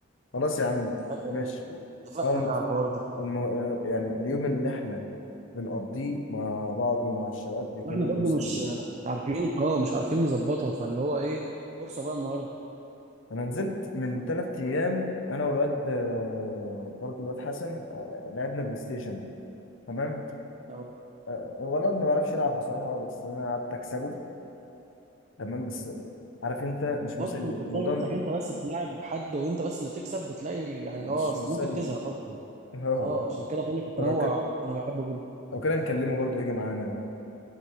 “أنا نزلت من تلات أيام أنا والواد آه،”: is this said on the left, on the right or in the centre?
Left